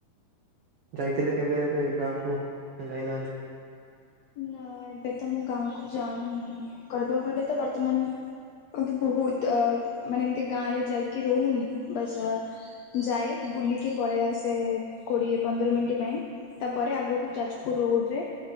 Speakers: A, on the right; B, on the left.
A: ଯାଇଥିଲେ କେବେ ଏବେ ଗାଁକୁ ଯାଇନାହାନ୍ତି?
B: ନାଇଁ ଏବେ ତ ମୁଁ ଗାଁ କୁ ଯାଇନି। କହିବାକୁ ଗଲେ ତ ବର୍ତ୍ତମାନ୍ ଅଗ୍ଦେ ବୋହୁତ୍ ଅ ମାନେ ଏମ୍ତି ଗାଁ ରେ ଯାଇକି ରହୁନି ବାସ୍ ଅ ଯାଏ ବୁଲିକି ପଳେଇ ଆସେ କୋଡିଏ ପନ୍ଦର ମିନିଟ୍ ପାଇଁ। ତାପରେ ଆଗକୁ ଯାଜ୍ପୁର୍ ରୋଡ୍ ରେ।